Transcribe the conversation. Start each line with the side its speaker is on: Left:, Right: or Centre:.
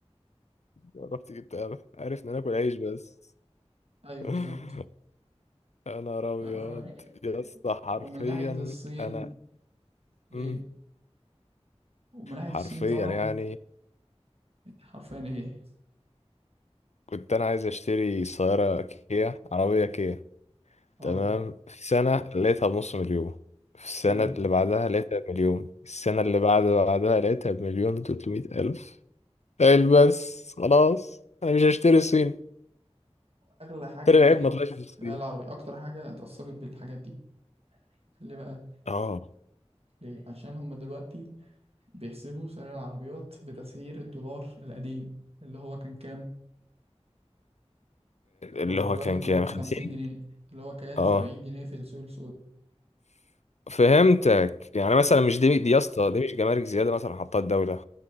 Left: رحت جبت قرع. عرفنا ناكل عيش بس
Right: ايوه
Left: <laughs>
Right: بالظبط
Left: يا نهار ابيض
Right: آه،
Left: يا اسطى حرفيا
Right: ومن ناحية الصين
Left: انا
Right: ايه
Left: مم.
Right: ومن ناحية
Left: حرفيا
Right: الصين طبعا
Left: يعني
Right: حرفيا ايه
Left: كنت انا عايز اشتري سيارة كيا عربية كيا
Right: اه
Left: تمام في سنة لقيتها بنص مليون في السنة
Right: امم
Left: اللي بعدها لقيتها بمليون السنة اللي بعد بعدها لقيتها بمليون وتلتمية ألف قال بس خلاص أنا مش هشتري صين
Right: اغلى حاجة
Left: تاني العيب
Right: غليت
Left: ما طلعش
Right: في
Left: في الصين
Right: العالم العربي اكتر حاجة اتأثرت بالحاجات دي ليه بقى
Left: اه
Right: ليه عشان هما دلوقتي بيحسبوا سعر العربيات بتسعير الدولار القديم اللي هو كان كام
Left: اللي
Right: هو
Left: هو
Right: دلوقتي
Left: كان
Right: الدولار
Left: كام
Right: بخمسين
Left: خمسين
Right: جنيه اللي هو كان
Left: اه
Right: سبعين جنيه في السوق السود
Left: فهمتك يعني مثلا مش دي دي يا اسطى دي مش جمارك زيادة مثلا حطها الدولة